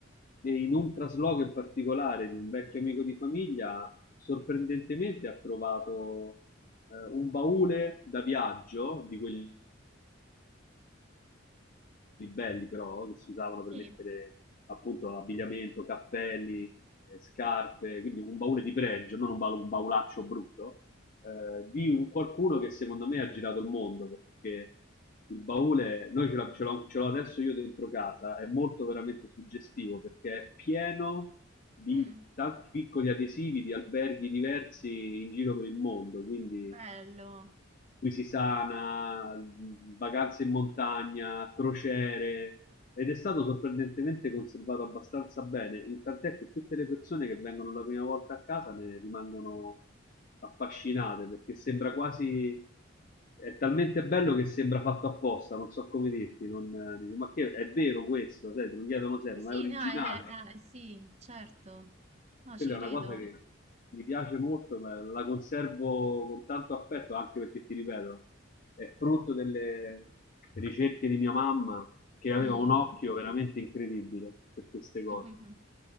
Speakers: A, on the left; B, on the right.
A: e in un trasloco in particolare di un vecchio amico di famiglia, sorprendentemente ha trovato eh, un baule da viaggio di quelli belli però che si usavano per
B: Sì,
A: mettere appunto abbigliamento, cappelli, eh, scarpe, quindi un baule di pregio, non un, baul- un baulaccio brutto, eh, di un qualcuno che secondo me ha girato il mondo perché il baule, noi ce, l'ha- ce l'ho, ce l'ho adesso io dentro casa, è molto veramente suggestivo perché è pieno di
B: mm,
A: tanti piccoli adesivi di alberghi diversi in giro per il mondo, quindi
B: bello.
A: Quisisana, vacanze in montagna, crociere ed è stato sorprendentemente conservato abbastanza bene, il- tant'è che tutte le persone che vengono la prima volta a casa ne rimangono affascinate perché sembra quasi è talmente bello che sembra fatto apposta, non so come dirti, non, dici, ma che è vero questo, sai, te lo chiedono sempre,
B: Sì,
A: ma è originale.
B: sì, no, eh, eh, sì, certo. No,
A: Quella
B: ci
A: è
B: credo.
A: una cosa che mi piace molto, ma la conservo con tanto affetto anche perché, ti ripeto, è frutto delle ricerche di mia mamma che aveva
B: Mm.
A: un occhio veramente incredibile per queste cose.
B: <laughs>